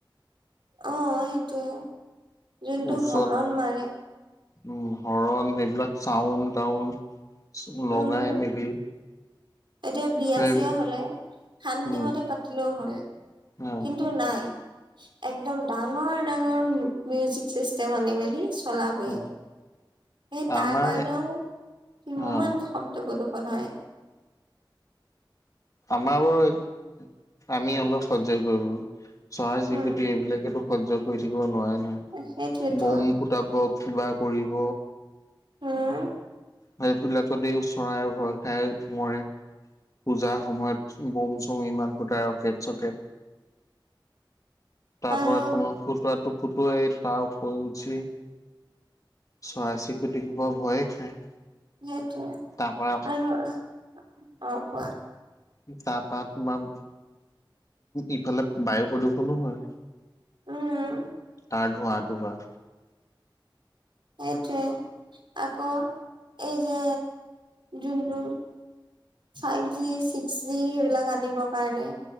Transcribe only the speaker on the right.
অ', সেইটোয়ে, যোনটো
হৰণ মাৰে।
উম
এতিয়া, বিয়া-চিয়া
হ'লে, শান্তি
মতে পাতিলেও হয়।
কিন্তু, নাই একদম ডাঙৰ-ডাঙৰ মিউজিক চিষ্টেম আনি মেলি চলাবই।
সে তাৰ
কাৰণেও কিমান
শব্দ প্ৰদূষণ হয়।
উম
সেইটোৱেতো
হম।
আৰু
সেইটোৱে
আৰু অ', কোৱা।
উম।
সেইটোৱে আকৌ, এই যে, যোনটো ফাইভ জি, ছিক্স জি, সেইবিলাক আনিবৰ কাৰণে।